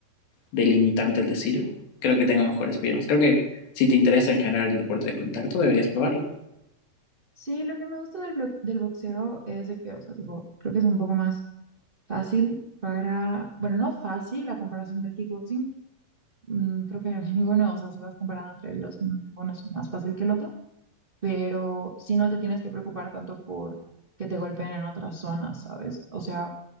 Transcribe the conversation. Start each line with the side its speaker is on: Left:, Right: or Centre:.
Left: delimitante el decir, creo que tengo mejores piernas. Creo que si te interesa en general el deporte de contacto, deberías probarlo.
Right: Sí, lo que me gusta del, blo- del boxeo es de que, o sea, tipo, creo que es un poco más fácil para, bueno, no fácil la comparación del kickboxing. mm, creo que <laughs> ninguno, o sea, si vas comparando entre ellos, ninguno es más fácil que el otro. pero sí no te tienes que preocupar tanto por que te golpeen en otras zonas, ¿sabes? O sea,